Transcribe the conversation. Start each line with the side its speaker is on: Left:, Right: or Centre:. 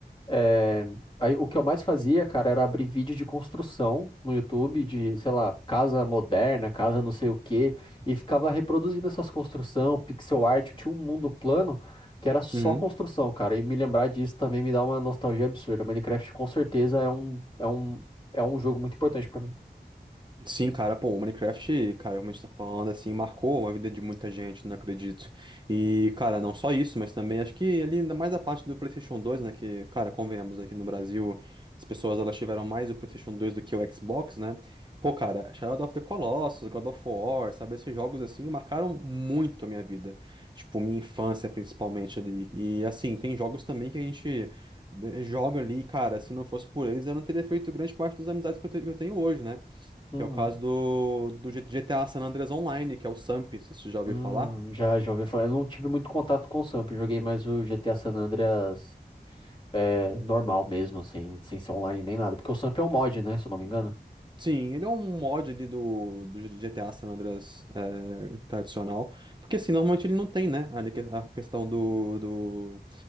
Left: É, aí o que eu mais fazia, cara, era abrir vídeo de construção no YouTube, de, sei lá, casa moderna, casa não sei o quê, e ficava reproduzindo essas construções, pixel art, eu tinha um mundo plano que era só
Right: Uhum.
Left: construção, cara, e me lembrar disso também me dá uma nostalgia absurda. Minecraft com certeza é um, é um, é um jogo muito importante pra mim.
Right: Sim, cara, pô, o Minecraft, cara, como a gente tá falando, assim, marcou a vida de muita gente, não acredito. E, cara, não só isso, mas também acho que ali ainda mais a parte do PlayStation 2, né, que, cara, convenhamos, aqui no Brasil, as pessoas, elas tiveram mais o PlayStation 2 do que o Xbox, né? Pô, cara, Shadow of the Colossus, God of War, sabe, esses jogos, assim, marcaram muito a minha vida. Tipo, minha infância, principalmente, ali. E, assim, tem jogos também que a gente... eh, Joga ali, cara. Se não fosse por eles, eu não teria feito grande parte das amizades que eu te- que eu tenho hoje, né?
Left: Uhum.
Right: Que é o caso do, do G- GTA San Andreas Online, que é o SAMP, se você já ouviu
Left: Hum,
Right: falar.
Left: já, já ouvi falar. Eu não tive muito contato com o Samp, eu joguei mais o GTA San Andreas é, normal mesmo, sem, sem ser online nem nada. Porque o Samp é um mod, né? Se eu não me engano.
Right: Sim, ele é um mod ali do, do GTA San Andreas é, tradicional. Porque assim, normalmente ele não tem, né? ali que- A questão do do,